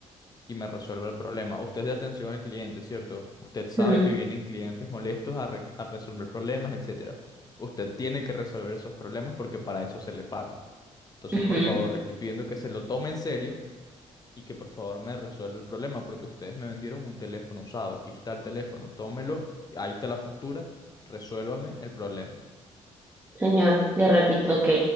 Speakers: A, on the left (about 30°); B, on the right (about 15°).
A: y me resuelva el problema. Usted es de atención al cliente, ¿cierto? Usted sabe
B: Ujú,
A: que vienen clientes molestos a, re- a resolver problemas, etcétera. Usted tiene que resolver esos problemas porque para eso se le paga. Entonces,
B: ujú.
A: por favor, le estoy pidiendo que se lo tome en serio y que por favor me resuelva el problema porque ustedes me vendieron un teléfono usado. Aquí está el teléfono, tómelo, ahí está la factura, resuélvame el problema.
B: Señor, le repito, ok.